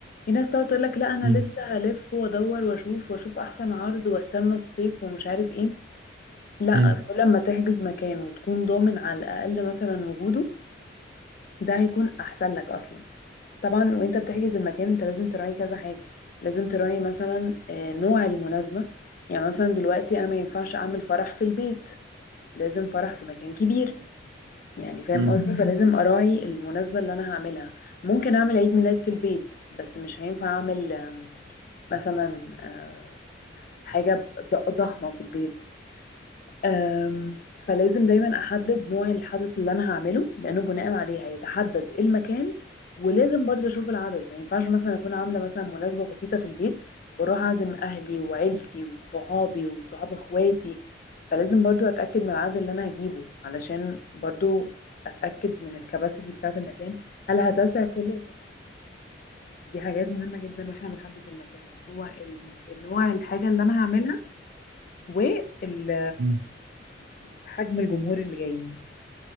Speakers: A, on the left; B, on the right.
A: في ناس تقعد تقول لك لا انا
B: مم.
A: لسه هلف وادور واشوف واشوف احسن عرض واستنى الصيف ومش عارف ايه لا
B: مم.
A: كل ما تحجز مكان وتكون ضامن على الاقل مثلا وجوده ده هيكون احسن لك اصلا طبعا وانت بتحجز المكان انت لازم تراعي كذا حاجة لازم تراعي مثلا آه، نوع المناسبة يعني مثلا دلوقتي انا ما ينفعش اعمل فرح في البيت لازم فرح في مكان كبير يعني فاهم
B: مم.
A: قصدي مهم. فلازم اراعي المناسبة اللي انا هعملها ممكن اعمل عيد ميلاد في البيت بس مش هينفع اعمل آم، مثلا آه، حاجة ب- ضخمة في البيت أم، فلازم دايما احدد نوع الحدث اللي انا هعمله لانه بناء عليه هيتحدد إيه المكان ولازم برضه اشوف العدد ما ينفعش مثلا اكون عامله مثلا مناسبه بسيطه في البيت واروح اعزم اهلي وعيلتي وصحابي وصحاب اخواتي فلازم برضه اتاكد من العدد اللي انا هجيبه علشان برضه اتاكد من الكباسيتي بتاعه المكان هل هتسع كل دي حاجات مهمه جدا واحنا بنحدد المكان هو ال- النوع الحاجه اللي انا هعملها وال- ال-
B: مم.
A: حجم الجمهور اللي جايين